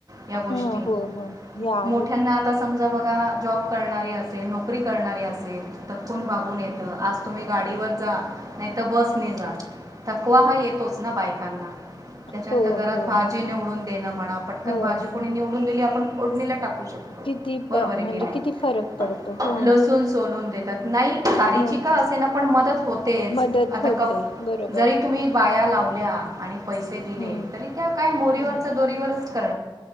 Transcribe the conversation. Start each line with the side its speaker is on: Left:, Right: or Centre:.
Right: या गोष्टी
Left: हा हो हो हे आहे
Right: मोठ्याना आता समजा बघा जॉब करणारी असेल नोकरी करणारी असेल कून बाघून येत आज तुम्ही गाडीवर जा नाही तरर बस नि जा थकवा हा येतोच ना बायकांना त्याच्यानंतर
Left: हो
Right: घरात
Left: हो
Right: भाजी निवडून देणं म्हण पटकन
Left: हो
Right: भाजी
Left: हो
Right: कोणी निवडून दिली आपणोडणीला टाकू श रोबर
Left: किती प म्हणजे
Right: नाही
Left: किती फरक पडतो हो
Right: लसून सोलून देतात नाही खारी
Left: हो
Right: च का असे ना आपण मदत होतेच
Left: मदत
Right: आता
Left: होते
Right: कप
Left: बरोबर
Right: जरी तुम्ही बाया लावल्या आणि पैसे दिले
Left: हम्म
Right: तरी त्या काय मोरीवरच्या
Left: हम्म
Right: दोरीवरच